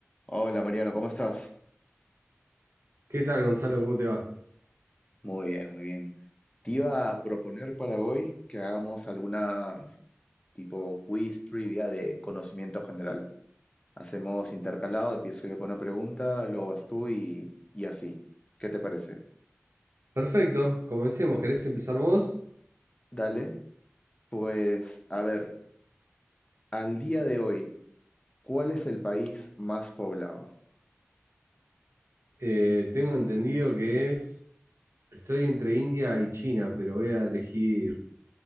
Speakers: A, on the left; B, on the right.
A: Hola Mariano, ¿cómo estás?
B: ¿Qué tal, Gonzalo? ¿Cómo te va?
A: Muy bien, muy bien. Te iba a proponer para hoy que hagamos alguna tipo quiz trivia de conocimiento general. Hacemos intercalado, empiezo yo con una pregunta, luego vas tú y, y así. ¿Qué te parece?
B: Perfecto, comencemos. ¿Querés empezar vos?
A: Dale, pues a ver, al día de hoy, ¿cuál es el país más poblado?
B: Eh, tengo entendido que es. Estoy entre India y China, pero voy a elegir